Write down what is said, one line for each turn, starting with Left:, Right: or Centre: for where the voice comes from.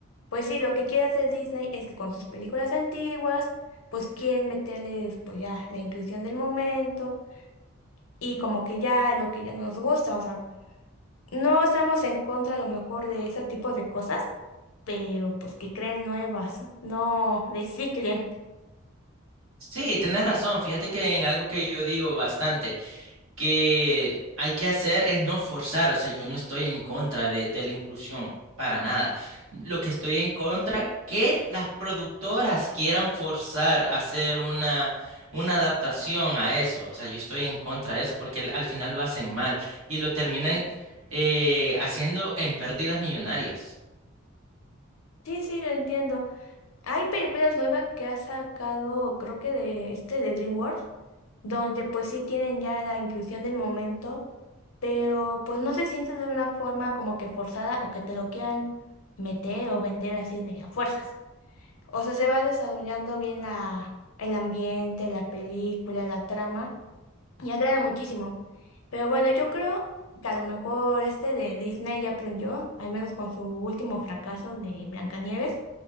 Left: Pues sí, lo que quiere hacer Disney es que con sus películas antiguas, pues quieren meterle pues ya la inclusión del momento y como que ya lo que ya no nos gusta, o sea, no estamos en contra a lo mejor de ese tipo de cosas, pero pues que creen nuevas, no reciclen.
Right: Sí, tienes razón. Fíjate que en algo que yo digo bastante, que hay que hacer es no forzar, o sea, yo no estoy en contra de, de la inclusión para nada. Lo que estoy en contra que las productoras quieran forzar a hacer una, una adaptación a eso, o sea, yo estoy en contra de eso porque al al final lo hacen mal y lo terminan eh, haciendo en pérdidas millonarias.
Left: Sí, sí, lo entiendo. Hay películas nuevas que ha sacado, creo que de este de DreamWorks, donde pues sí tienen ya la inclusión del momento pero pues no se siente de una forma como que forzada o que te lo quieran meter o vender así de a fuerzas. O sea, se va desarrollando bien la, el ambiente, la película, la trama y agrada muchísimo. Pero bueno, yo creo que a lo mejor este de Disney ya aprendió, al menos con su último fracaso de Blancanieves.